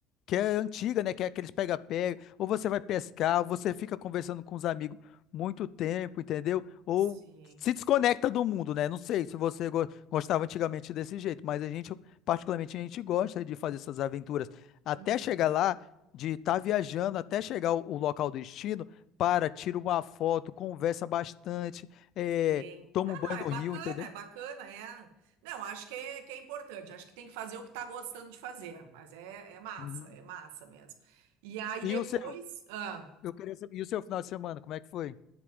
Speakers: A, on the left; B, on the right.
A: que é antiga, né? Que é aqueles pega-pega, ou você vai pescar, ou você fica conversando com os amigos muito tempo, entendeu? Ou
B: sim.
A: se desconecta do mundo, né? Não sei se você go- gostava antigamente desse jeito, mas a gente, particularmente, a gente gosta de fazer essas aventuras até
B: Uhum,
A: chegar lá, de estar viajando, até chegar ao, ao local do destino, para, tira uma foto, conversa bastante, é,
B: Sim.
A: toma
B: Ah,
A: um banho
B: não, é
A: no
B: bacana,
A: rio, entendeu?
B: é bacana, é. Não, acho que é, que é importante, acho que tem que fazer o que tá gostando de fazer, mas é, é massa,
A: Uhum.
B: é massa mesmo. E aí depois.
A: E o seu?
B: ah.
A: Eu queria saber, e o seu final de semana, como é que foi?